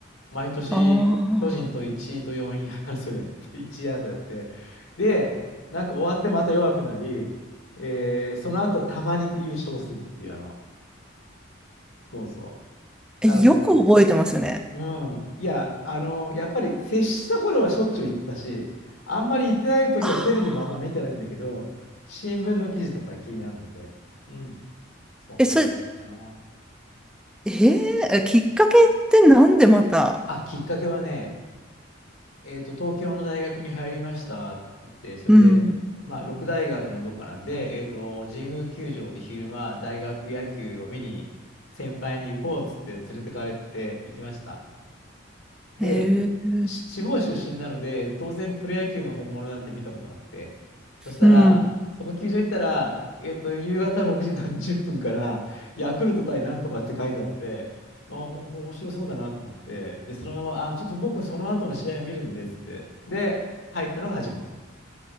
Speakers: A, on the left; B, in the centre.
A: 毎年巨人と1位と4位争いやって、
B: ああ、
A: <laughs> 1位争いやって、で、なんか終わってまた弱くなり、えーその後たまに優勝するっていうあの、そうそ
B: え、
A: う。なので、
B: よく覚えてますよね。
A: うん、いや、あの、やっぱり接した頃はしょっちゅう言ってたし、あんまり言ってない時はテレビもあんま見てないんだけど、
B: ああ、
A: 新聞の記事とか気になるので、うん、そんな感じかな。
B: え、それ、えーきっかけってなんでまた
A: あ、きっかけはね、えっと、東京の大学に入りましたって言って、それで、
B: うん。
A: まあ、六大学のどっかなんで、えっと、神宮球場で昼間、大学野球を見に、先輩に行こうっつって連れてかれて行きました。で、
B: ええ、
A: し地方出身なので、当然プロ野球の本物なんて見たことなくて。そしたら、
B: うん。
A: そこ球場行ったら、えっと、夕方6時何十分から、ヤクルト対なんとかって書いてあって、まあ、ほん面白そうだなと思って、で、そのまま、あ、ちょっと僕その後の試合見るんですって。で、入ったのが初めて。